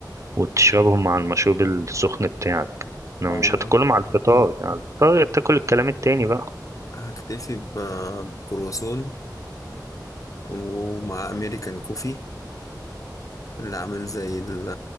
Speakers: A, on the right; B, on the left.
A: وتشربهم مع المشروب السخن بتاعك لو
B: اه
A: مش
B: انا
A: هتاكلهم على الفطار
B: هكتفي
A: على الفطار بتاكل الكلام التاني بقى
B: هكتفي ب- بكرواسون ومع امريكان كوفي اللي عامل زي ال-